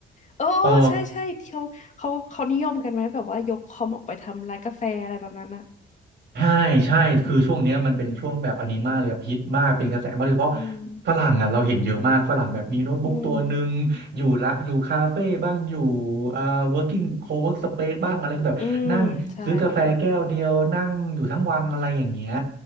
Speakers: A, on the left; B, on the right.
A: โอ้ใช่ใช่ที่เขาเขาเขานิยมกันไหมแบบว่ายกคอมออกไปทำร้านกาแฟอะไรแบบนั้นอ่ะ
B: อ๋อ ใช่ใช่คือช่วงเนี้ยมันเป็นช่วงแบบอันนี้มากเลยแบบฮิตมากเป็นกระแสมากโดยเฉพาะ
A: อืม
B: ฝรั่งอ่ะเราเห็นเยอะมากฝรั่งแบบมีโน้ตบุ๊กตัวหนึ่งอยู่ละอยู่คาเฟ่บ้างอยู่
A: อืม
B: เอ่อ working co-work space บ้างอะไรก็แบบนั่งซื้อกาแฟแก้วเดียวนั่งอยู่ทั้งวันอะไรอย่างเงี้ย
A: อืมใช่